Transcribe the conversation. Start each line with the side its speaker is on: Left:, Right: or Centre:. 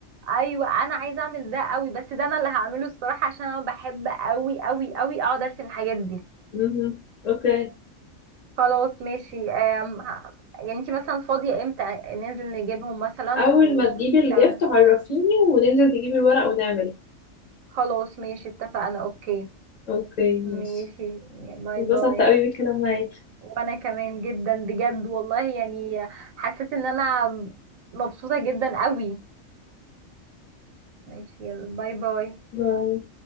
Right: ايوه انا عايزه اعمل ده قوي بس ده انا اللي هعمله الصراحه عشان انا بحب قوي قوي قوي اقعد ارسم الحاجات دي
Left: امم اوكي
Right: خلاص ماشي آم، ه- يعني انتي مثلا فاضيه امتى ننزل نجيبهم مثلا
Left: اول
Right: و...
Left: ما تجيبي الجيفت
Right: تمام
Left: عرفيني وننزل تجيبي الورق ونعمله
Right: خلاص ماشي اتفقنا اوكي
Left: اوكي ماشي
Right: ماشي باي
Left: انبسطت
Right: باي
Left: قوي بالكلام معاكي
Right: وانا كمان جدا بجد والله يعني حسيت ان انا مبسوطة جدا قوي ماشي يلا باي باي
Left: باي